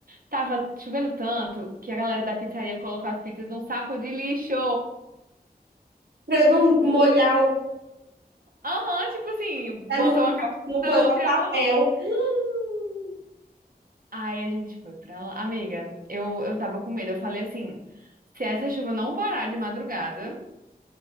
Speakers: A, on the right; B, on the right.
A: Tava chovendo tanto que a galera da pizzaria colocou as pizzas num saco de lixo.
B: Pra não molhar o.
A: Aham, tipo assim,
B: Pra
A: botou
B: não,
A: uma caixa
B: não
A: da
B: coisar
A: outra
B: papel.
A: e amarrou.
B: Hum.
A: Aí a gente foi pra lá. Amiga, eu, eu tava com medo. Eu falei assim: se essa chuva não parar de madrugada,